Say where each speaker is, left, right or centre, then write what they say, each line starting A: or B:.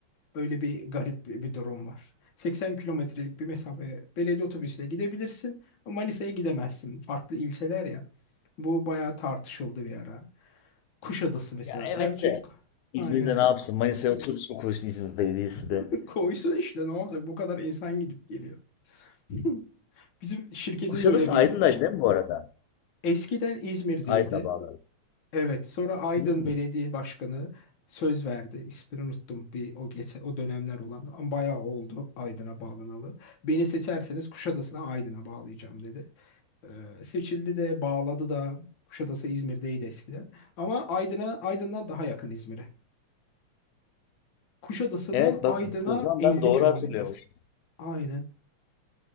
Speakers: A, on the left (about 50°); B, on the left (about 85°).
A: Öyle bir garip bir bir durum var. 80 kilometrelik bir mesafe belediye otobüsüyle gidebilirsin ama Manisa'ya gidemezsin. Farklı ilçeler ya. Bu bayağı tartışıldı bir ara. Kuşadası mesela.
B: Ya
A: Selçuk
B: evet de İzmir'de
A: aynen.
B: ne yapsın? Manisa'ya otobüs mü koysun İzmir Belediyesi de?
A: <laughs> Koysun işte ne olacak? Bu kadar insan gidip geliyor. <laughs> Bizim şirketin
B: Kuşadası
A: de öyle bir
B: Aydın'daydı değil mi bu arada?
A: eskiden İzmir'deydi.
B: Aydın'a bağlı.
A: Evet, sonra Aydın
B: Hmm.
A: Belediye Başkanı söz verdi. İsmini unuttum bir o geçen o dönemler olan ama bayağı oldu Aydın'a bağlanalı. Beni seçerseniz Kuşadası'na Aydın'a bağlayacağım dedi. Ee, seçildi de bağladı da Kuşadası İzmir'deydi eskiden. Ama Aydın'a Aydın'dan daha yakın İzmir'e. Kuşadası'ndan
B: Evet
A: Aydın'a
B: bak o zaman
A: 50
B: ben doğru
A: kilometre
B: hatırlıyormuşum.
A: Aynen.